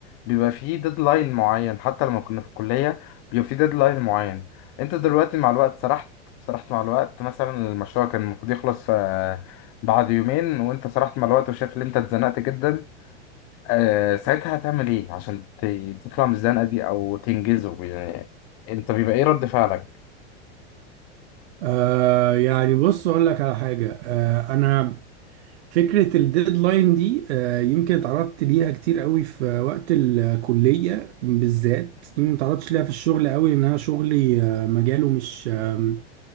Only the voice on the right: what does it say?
آه يعني بص اقول لك على حاجه آه انا فكره الديدلاين دي آه يمكن اتعرضت ليها كتير قوي في وقت الكليه بالذات يمكن ما اتعرضتش ليها في الشغل قوي ان انا شغلي آه مجاله مش آه